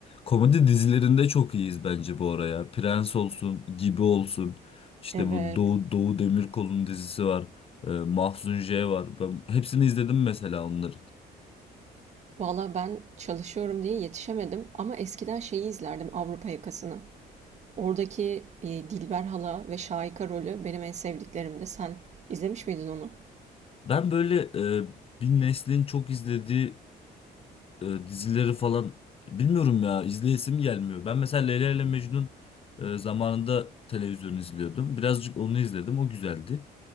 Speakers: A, on the left; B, on the right.
A: Komedi dizilerinde çok iyiyiz bence bu araya. Prens olsun, Gibi olsun. İşte
B: Evet.
A: bu Doğu, Doğu Demirkol'un dizisi var. E, Mahzun J var. Ben hepsini izledim mesela onların.
B: Valla ben çalışıyorum diye yetişemedim ama eskiden şeyi izlerdim Avrupa Yakası'nı. Oradaki, eee, Dilber hala ve Şahika rolü benim en sevdiklerimdi. Sen izlemiş miydin onu?
A: Ben böyle e, bir neslin çok izlediği e, dizileri falan bilmiyorum ya izleyesim gelmiyor. Ben mesela Leyla ile Mecnun e, zamanında televizyon izliyordum. Birazcık onu izledim. O güzeldi.